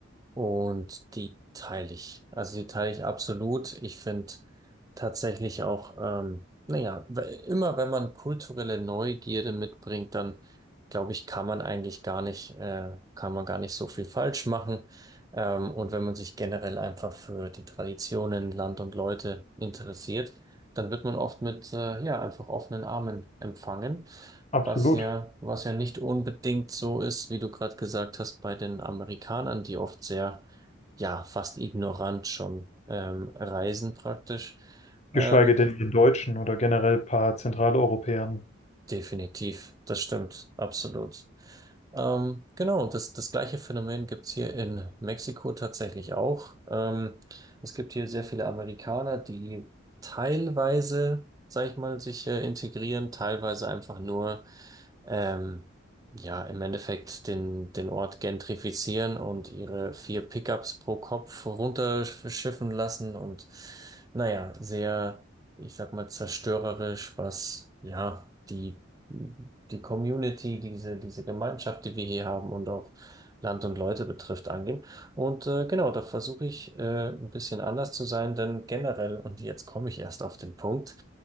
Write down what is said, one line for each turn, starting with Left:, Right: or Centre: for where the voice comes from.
Right: und die teile ich. Also die teile ich absolut. Ich finde tatsächlich auch, ähm, naja, we- immer wenn man kulturelle Neugierde mitbringt, dann glaube ich, kann man eigentlich gar nicht, äh, kann man gar nicht so viel falsch machen. Ähm, und wenn man sich generell einfach für die Traditionen, Land und Leute interessiert, dann wird man oft mit äh, ja einfach offenen Armen empfangen,
Left: Absolut.
Right: was ja was ja nicht unbedingt so ist, wie du gerade gesagt hast, bei den Amerikanern, die oft sehr ja fast ignorant schon ähm, reisen praktisch. Ähm,
Left: Geschweige denn den Deutschen oder generell ein paar Zentraleuropäern.
Right: definitiv, das stimmt, absolut. Ähm, genau, das, das gleiche Phänomen gibt's hier in Mexiko tatsächlich auch. Ähm, es gibt hier sehr viele Amerikaner, die teilweise, sag ich mal, sich äh, integrieren, teilweise einfach nur, ähm, ja, im Endeffekt den, den Ort gentrifizieren und ihre vier Pickups pro Kopf runterschiffen lassen und, naja, sehr, ich sag mal, zerstörerisch, was, ja, die die Community, diese, diese Gemeinschaft, die wir hier haben und auch Land und Leute betrifft, angehen. Und äh, genau, da versuche ich äh, ein bisschen anders zu sein, denn generell, und jetzt komme ich erst auf den Punkt,